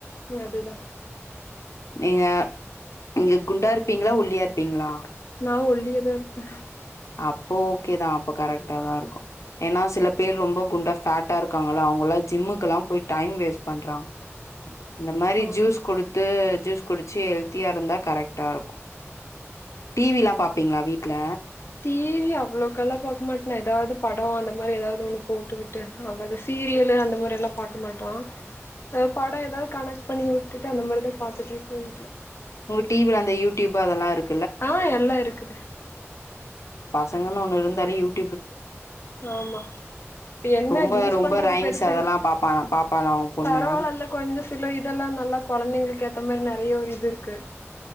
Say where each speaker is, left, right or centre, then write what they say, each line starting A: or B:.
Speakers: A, on the left (about 50°); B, on the left (about 90°).
A: அதுதா
B: நீங்க நீங்க குண்டா இருப்பீங்களா ஒள்ளியா இருப்பீங்களா
A: நான் ஒள்ளியதான் இருப்பே
B: அப்போ ஓகேதான் அப்ப கரெக்ட்டா தான் இருக்கும் ஏன்னா சில பேர் ரொம்ப குண்டா ஃபேட்டா இருக்காங்கள அவங்க எல்லாம் ஜிம்முக்கு எல்லாம் போய் டைம் வேஸ்ட் பண்றங்க இந்த மாரி
A: ஆமா
B: ஜூஸ் கொடுத்து ஜூஸ் குடிச்சு ஹெல்த்தியா இருந்தா கரெக்டா இருக்கூ டீவி எல்லாம் பார்ப்பீங்களா வீட்டுல
A: டீவி அவ்வளவுக்கெல்லாம் பார்க்க மாட்டே ஏதாவது படம் அந்த மாரி ஏதாவது ஒண்ணு போட்டுவிட்டு அவ்வளவுது சீரியலு அந்த மாதிரி எல்லாம் பார்க்க மாட்டோம் படம் ஏதாவது கனெக்ட் பண்ணி விட்டுட்டு அந்த மாதிரிதான் பார்த்துட்டு இருக்கோம் வீட்டுல
B: உங்க டீவில அந்த யூடியூப் அதெல்லாம் இருக்கு
A: ஆஹ் எல்லாம் இருக்குது
B: சங்க ஒன்ன இருந்தால யூட்டு
A: ஆமா இப்ப என்ன
B: ரொம்ப
A: யூஸ்
B: ரொம்ப
A: பண்றது
B: ரைம்ஸ்
A: பெருச
B: அதெல்லா பாப்பா பாப்பாளா உ பொண்ணு
A: பரவாயில்ல்ல கொஞ்சோ சில இதெல்லாம் நல்லா குழந்தைங்களுக்கு ஏத்த மாரி நிறைய ஒரு இருக்கு